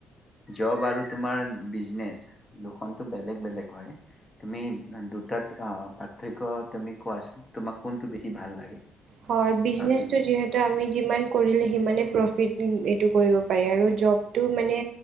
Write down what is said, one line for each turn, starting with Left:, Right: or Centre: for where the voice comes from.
Left: জব আৰু তোমাৰ বিজনেছ দুখনটো বেলেগ- বেলেগ হয়। তুমি দুটাত পাৰ্থক্য তুমি কোৱাচোন তোমাক কোনটো বেছি ভাল লাগে?
Right: হয়', বিজনেছটো
Left: আৰু তুমি
Right: যিহেতু আমি যিমান, কৰিলে সিমানে প্ৰফিট, এইটো কৰিব পাৰে আৰু জব, টো মানে